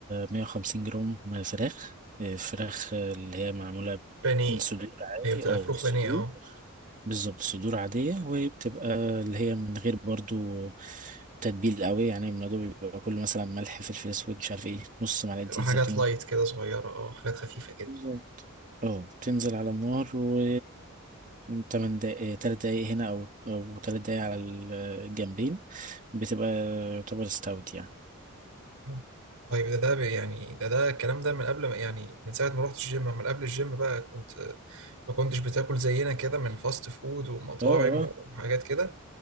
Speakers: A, on the right (about 40°); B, on the right (about 80°).
A: 150 جرام فراخ فراخ اللي هي معمولة
B: بانيه
A: من صدور عادي
B: هي بتبقى
A: اه
B: فروخ
A: من الصدور
B: بانيه اه
A: بالظبط صدور عادية وبتبقى اللي هي من غير برضو تتبيل قوي يعني الموضوع بيبقى كله مثلا ملح فلفل اسود مش عارف ايه نص معلقة
B: بتبقى
A: زيت
B: حاجات
A: زيتون
B: لايت كده صغيرة اه حاجات خفيفة كده
A: بالظبط اه تنزل على النار و تمن دقايق آه، تلات دقايق هنا او او تلات دقايق على الجنبين بتبقى يعتبر استوت يعني
B: آه. طيب ده ده يعني ده ده الكلام ده من قبل ما يعني من ساعة ما رحت الجيم من قبل الجيم بقى كنت ما كنتش بتاكل زينا كده من فاست فود ومطاعم
A: اه اه
B: وحاجات كده